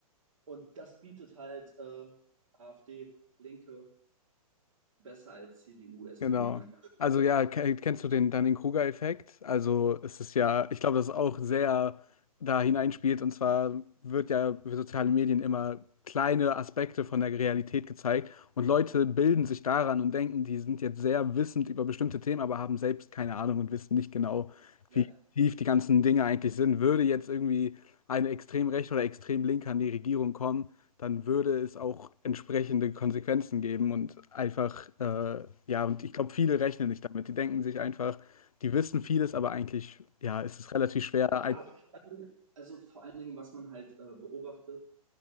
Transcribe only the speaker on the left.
genau.
Also ja, ke- kennst du den Dunning-Kruger-Effekt? Also es ist ja, ich glaube, das ist auch sehr da hineinspielt. Und zwar wird ja über soziale Medien immer kleine Aspekte von der Realität gezeigt und Leute bilden sich daran und denken, die sind jetzt sehr wissend über bestimmte Themen, aber haben selbst keine Ahnung und wissen nicht genau,
wie tief die ganzen Dinge eigentlich sind. Würde jetzt irgendwie eine extrem rechte oder extrem linke an die Regierung kommen, dann würde es auch entsprechende Konsequenzen geben und einfach, äh, ja, und ich glaube, viele rechnen nicht damit. Die denken sich einfach, die wissen vieles, aber eigentlich, ja, ist es relativ schwer. ein-